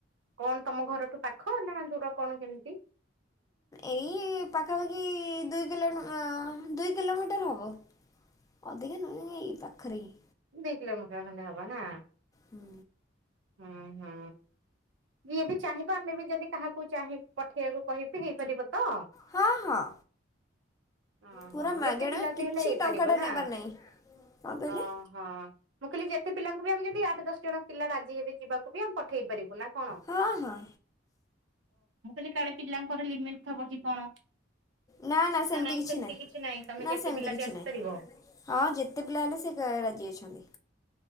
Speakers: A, on the right; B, on the left.
A: କଣ ତମ ଘରଠୁ ପାଖ ନା ଦୂର କଣ କେମିତି?
B: ଏଇ ପାଖାପାଖି ଦୁଇ କ ଦୁଇ କିଲୋମିଟର ହବ। ଅଧିକା ନୁଏ ଏଇ ପାଖରେ ହି
A: ଦୁଇ କିଲୋମିଟର ଖଣ୍ଡେ ହେବ ନା?
B: ହୁଁ।
A: ହୁଁ ହୁଁ ଯିଏ ବି ଚାହିଁ ଆମେ ବି ଯଦି କାହାକୁ ଚାହିଁ ପଠେଇବାକୁ କହିବି ହେଇପାରିବ ତ?
B: ହଁ ହଁ।
A: ଓହୋ
B: ପୁରା ମାଗେଣା
A: ଯେତେ ପିଲା
B: କିଛି
A: ବି ହେଲେ ହେଇପାରିବ
B: ଟଙ୍କାଟା
A: ନା
B: ନେବାର ନାହିଁ। କଣ କହିଲେ
A: ଓ ହଁ ମୁଁ କହିଲି ଯେତେ ପିଲାଙ୍କୁ ବି ଆମେ ଯଦି ଆଠ ଦଶ ଜଣ ପିଲା ରାଜି ହେି ଯିବାକୁ ବି ଆମେ ପଠେଇ ପାରିବୁ? କଣ
B: ହଁ ହଁ
A: ନା କାଳେ ପିଲାଙ୍କର ଲିମିଟ ଥିବ କି କଣ?
B: ନା ନା ସେମିତି
A: ନାଇଁ
B: କିଛି ନାହିଁ
A: ତମେ
B: ନା
A: ଯେତେ
B: ସେମିତି
A: ପିଲା
B: କିଛି
A: ବି ଆସିପାରିବ
B: ନାହିଁ। ହଁ ଯେତେ ପିଲା ହେଲେ ସେ ରାଜି ଅଛନ୍ତି।